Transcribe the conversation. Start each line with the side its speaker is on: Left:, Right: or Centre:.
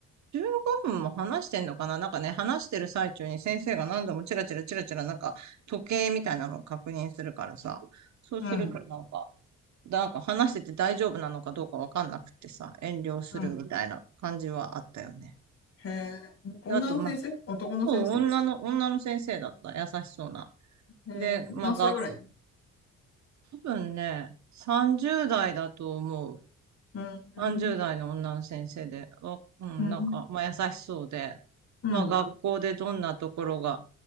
Right: 15分も話してんのかななんかね、話してる最中に先生が何度もチラチラチラチラなんか時計みたいなのを確認するからさ、そうするとなんか、
Left: うん、
Right: なんか話してて大丈夫なのかどうかわかんなくてさ、遠慮するみたいな感じはあったよね。
Left: うん。へえ。女の先生男の先生
Right: あと、まあ、そう女の、女の先生だった。優しそうな。
Left: へえ。
Right: で、まあ、
Left: 何歳ぐらいなの
Right: が、多分ね、30代だと思う。
Left: うーん、
Right: 30代の女の先生で、わうん、
Left: うん、
Right: なんか、まあ、優しそうで、
Left: うん、
Right: まあ、学校でどんなところが
Left: う